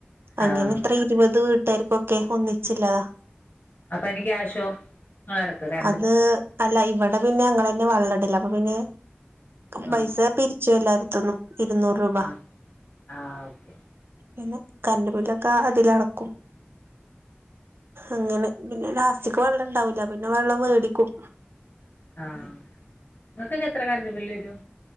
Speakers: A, on the right (about 70°); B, on the left (about 55°).
A: അങ്ങനെ
B: ആഹ്
A: ഇത്ര ഇരുപത് വീട്ടുകാർക്കൊക്കെ ഒന്നിച്ചില്ലതാ
B: അപ്പൊ അയിന് ക്യാഷോ അടക്കും ലെ
A: അത് അല്ല ഇവിടെ പിന്നെ ഞാങ്ങളെന്നെ വെള്ളം ഇടല് അപ്പൊ പിന്നെ പൈസ
B: ആഹ്
A: പിരിച്ചു എല്ലായിട്ത്ത്ന്നും ഇരുന്നൂറ് രൂപ
B: ആഹ് ആഹ് ഓക്കെ
A: പിന്നെ കറണ്ട് ബില്ലൊക്കെ അതിലടക്കും അങ്ങനെ പിന്നെ ലാസ്റ്റിക് വെള്ളം ഇണ്ടാവൂല്ല പിന്നെ വെള്ളം വേടിക്കും
B: ആഹ ഇങ്ങക്കൊക്കെ എത്ര കരണ്ട് ബില്ല് വരും